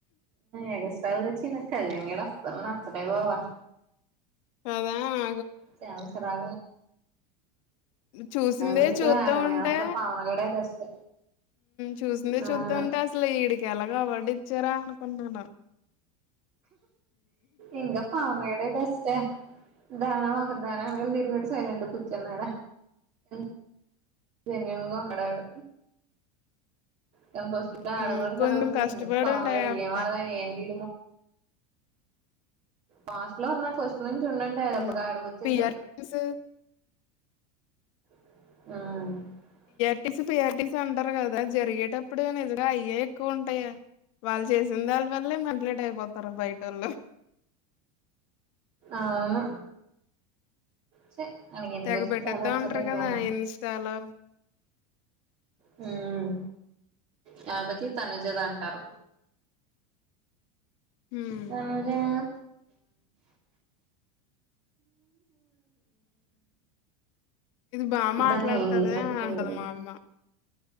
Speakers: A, on the right (about 35°); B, on the left (about 55°).
A: ఎగ స్టల్ దచ్చిన కళ్యాణ గడ అస్తల్ నచ్చటే పోవా
B: అదా నా
A: చాలాసర్ అగలా
B: చూసిందే
A: పిచ్చి
B: చూస్తా
A: ఆడి మీద
B: ఉంటే
A: ఇంకా పవన్ గడే బెస్ట్
B: చూసిందే
A: అవును
B: చూస్తూ ఉంటే అసలు ఈడికేలాగా అవార్డు ఇచ్చారా అనుకునాను
A: ఇకా పవన్ గాడే బెస్ట్ ప్రధా ఆ తిరుగుడు సైలెట్ కుచెన్నడ <unintelligible> ఉన్నాడు వాడు కానీ ఫస్ట్ ఆడ
B: హ్మ్.
A: కూడా సరిగ్
B: కొంచెం
A: వచ్చేసింది
B: కష్టపడి
A: పవన్
B: ఉంటాయి.
A: గడ
B: అవి.
A: ఏం ఆడదం ఏంటి ఫస్ట్ లో ఉన్నా ఫస్ట్ ఇ నుంచి ఉడుంటా డబ్బగా
B: హ్మ్.
A: ఆడుక వచ్చేద్ద్దను
B: పీఆర్ టీమ్స్
A: మ్మ్
B: <unintelligible> ంటారు కదా జరిగేటప్పుడుగా నిజగా అయ్య ఎక్కువ ఉంటాయా వాళ్ళు చేసిన దాన్ని వాళ్ళ వల్లే లేట్ అయిపోత <unintelligible> బయటోలు
A: అవును ఛీ ఆడికి ఎందుకు
B: తెగ
A: వచ్చింది
B: పెట్టద్దా
A: చాలా అప్సెట్
B: ఉంటారు
A: అయిపోయాను
B: కదా ఇన్స్టాలో
A: మ్మ్ కాకపోతే తనుజదంటారు
B: హ్మ్.
A: తనూజ <inaudible>
B: బాగా మాట్లాడుతద
A: దాన్ని ఏం చేసినా చేయడు
B: అంటది
A: కదా.
B: మా అమ్మ